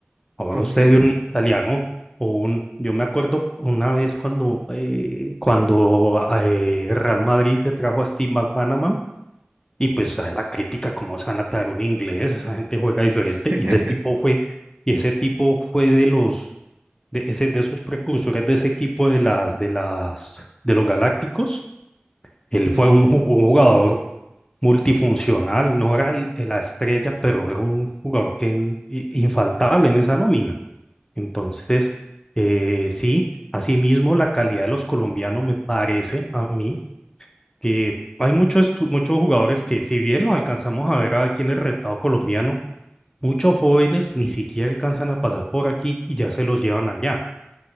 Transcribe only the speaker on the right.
Ok.
<laughs>
Ujú,